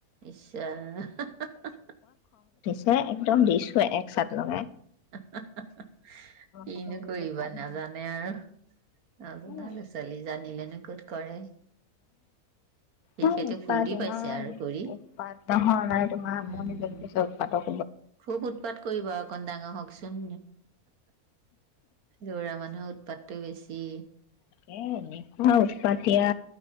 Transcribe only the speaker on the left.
যে একদম দিছো এক চাত অ
সময়ৰ পিছত
ভাল
হ'ল
উম
উম
উৎপাত
ইমান
উৎপাত নহয় নাই তোমাৰ আমনি
যোগাইছে উৎপাতক
এই এনেকোৱা উৎপতিয়া